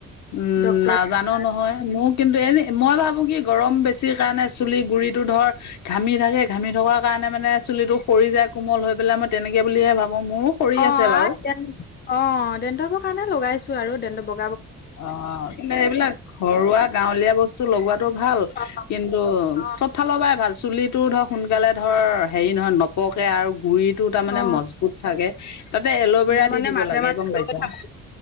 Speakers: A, on the left; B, on the left.
A: উম
B: ডক্তৰ
A: নাজানো নহয়
B: উম
A: মোৰ কিন্তু এ যে মই ভাবো কি গৰম বেছি ওফিৰ কাৰণে চুলি গুৰিটো ধৰ ঘামি থাকে ঘামি থকা কাৰণে মানে চুলিটো সৰি যায় কোমল হৈ পেলাই মই তেনেকে বুলিহে ভাবো মোৰো সৰি
B: অহ
A: আছে
B: আৰু
A: বাৰু
B: দে অহ দেণ্ডৱৰ কাৰণে লগাইছো আৰু দেণ্ডব
A: অক্ষ, এইবিলাক ঘৰুৱা গাঁৱলীয়া বস্তু লগোৱাটো ভাল।
B: অ
A: কিন্তু,
B: অ
A: চবফালৰ পৰাই ভাল। চুলিটো ধৰ সোনকালে ধৰ হেৰি নহয় নপকে আৰু গুৰিতটো তাৰমানে
B: অ
A: মজবুত থাকে তাতে এল'ভেৰা
B: মই মানে
A: দি দিব
B: মাজে
A: লাগে
B: মাজে
A: গম
B: লৈ
A: পাইছা।
B: থাকো